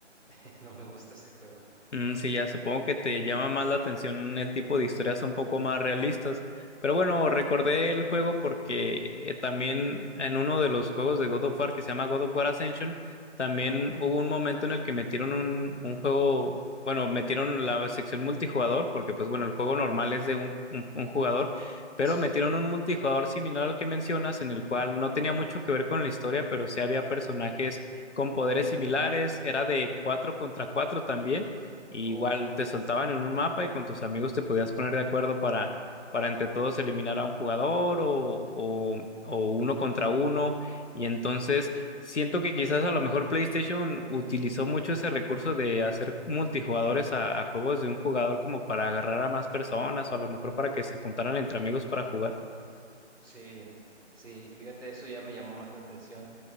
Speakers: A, in the centre; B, on the left.
A: <laughs> no me gusta ese juego.
B: Mm, sí, ya supongo que te llama más la atención el tipo de historias un poco más realistas. Pero bueno, recordé el juego porque eh, también en uno de los juegos de God of War que se llama God of War Ascension, también
A: Ajá,
B: hubo un momento en el que metieron un, un juego, bueno, metieron la sección multijugador, porque pues bueno, el juego normal es de un, un un jugador, pero
A: sí.
B: metieron un multijugador similar al que mencionas, en el cual no tenía mucho que ver con la historia, pero sí había personajes con poderes similares, era de cuatro contra cuatro también y
A: Oh,
B: igual
A: ya.
B: te soltaban en un mapa y con tus amigos te podías poner de acuerdo para, para entre todos eliminar a un jugador o, o, o uno contra uno. Y entonces siento que quizás a lo mejor PlayStation utilizó mucho ese recurso de hacer multijugadores a, a juegos de un jugador como para agarrar a más personas o a lo mejor para que se juntaran entre amigos para jugar.
A: Sí, sí, fíjate, eso ya me llamó más la atención.